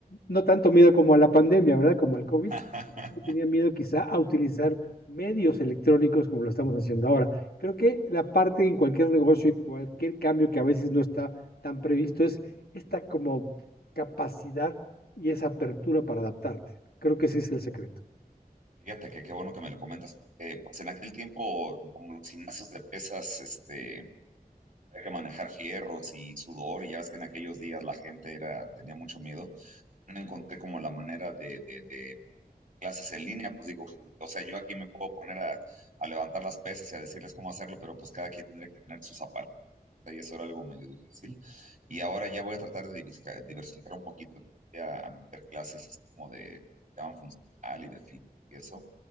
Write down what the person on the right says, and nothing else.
<laughs>
Fíjate que qué bueno que me lo comentas, porque pues en aquel tiempo, como los gimnasios de pesas, este, Hay que manejar fierros y sudor, y ya ves que en aquellos días la gente era, tenía mucho miedo. No encontré como la manera de, de, de clases en línea, pues digo, o sea, yo aquí me puedo poner a, a levantar las pesas y a decirles cómo hacerlo, pero pues cada quien tendría que tener sus zapatos y eso era algo medio difícil. Y ahora ya voy a tratar de diversificar, diversificar un poquito, voy a, a, meter clases así como de lo que se llaman funcional y de fitness y eso,